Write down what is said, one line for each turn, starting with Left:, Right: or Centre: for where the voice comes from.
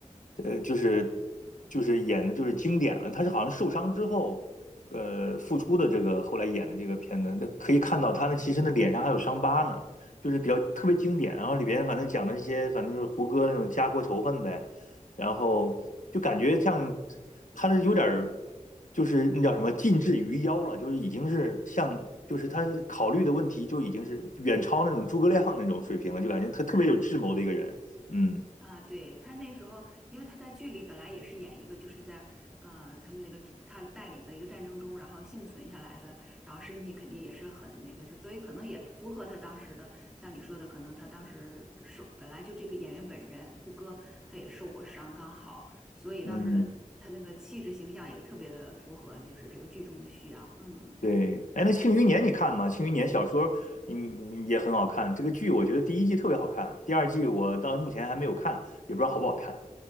Left: 呃，就是就是演的就是经典了，他是好像受伤之后，呃，复出的这个后来演的这个片子，那可以看到他那其实那脸上还有伤疤呢，就是比较特别经典，然后里边反正讲了一些反正就是胡歌那种家国仇恨呗，然后就感觉像他这有点儿，就是那叫什么近至于妖了，就是已经是像，就是他考虑的问题就已经是远超那种诸葛亮那种水平了，就感觉他特别有智谋的一个人。嗯
Centre: 啊，对，他那时候，因为他在剧里本来也是演一个，就是在呃他们那个他带领的一个战争中，然后幸存下来的，然后身体肯定也是很那个是，所以可能也符合他当时的，像你说的，可能他当时受本来就这个演员本人胡歌他也受过伤，刚好，所以当时他那个气质形象也特别的符合，
Left: 嗯，
Centre: 就是这个剧中的需要，嗯。
Left: 对。哎，那《庆余年》你看吗？《庆余年》小说嗯也很好看，这个剧我觉得第一季特别好看，第二季我到目前还没有看，也不知道好不好看。